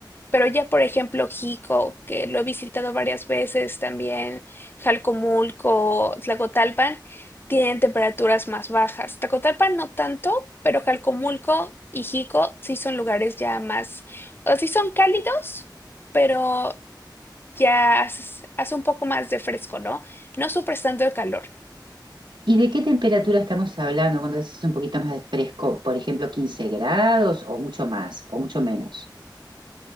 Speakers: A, on the left; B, on the right.
A: Pero ya, por ejemplo, Jico, que lo he visitado varias veces también, Jalcomulco, Tlacotalpan, tienen temperaturas más bajas. Tlacotalpan no tanto, pero Jalcomulco y Jico sí son lugares ya más, o sea, sí son cálidos, pero ya haces- hace un poco más de fresco, ¿no? No sufres tanto de calor.
B: ¿Y de qué temperatura estamos hablando cuando decís un poquito más de fresco? Por ejemplo, quince grados o mucho más o mucho menos.